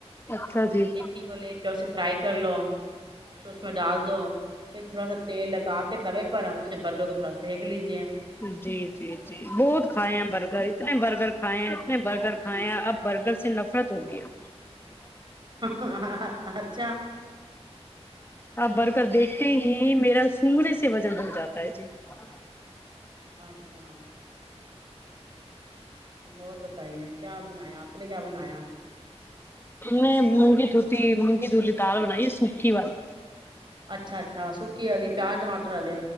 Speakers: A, on the left; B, on the right.
A: اچھا جی
B: ٹکی کو لے کے اسے فرائی کر لو تو اس میں ڈال دو پھر تھوڑا سا تیل لگا کے توے پر برگر کو تھوڑا سینک لیجیے
A: جی جی جی بہت کھائے ہیں برگر اتنے برگر کھائے ہیں اتنے برگر کھائے ہیں اب برگر سے نفرت ہو گئی ہے
B: ہاں ہاں ا اچھا
A: آپ برگر دیکھتے ہی میرا سگڑے سے وزن بڑھ جاتا ہے جی <unintelligible>
B: اچھا اور بتائیے کیا بنایا آپ نے کیا بنایا
A: نہیں مونگی دھوتی مونگی دھوتی دال بنائی ہے سوکھی والی
B: اچھا اچھا سوکھی کھی والی پیاز ٹماٹر والی